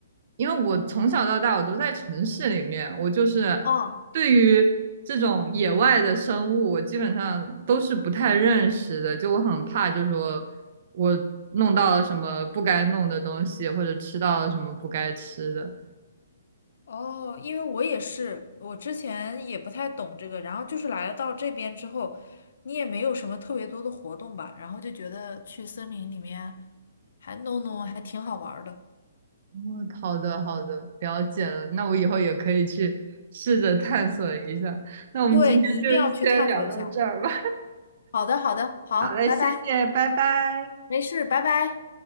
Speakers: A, on the right; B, on the left.
A: 因为我从小到大我都在城市里面，我就是对于这种野外的生物，
B: 哦，
A: 我基本上都是不太认识的，就我很怕，就说我弄到了什么不该弄的东西，或者吃到了什么不该吃的。
B: 哦，因为我也是，我之前也不太懂这个，然后就是来了到这边之后，你也没有什么特别多的活动吧，然后就觉得去森林里面还弄弄还挺好玩儿的。
A: 哦，好的，好的，了解了，那我以后也可以去试着探索一下。那我们今天就先聊到这儿吧。
B: 对，你一定要去探索一下。好的，好的，好，
A: 好嘞，
B: 拜拜，
A: 谢谢，拜拜。
B: 没事，拜拜。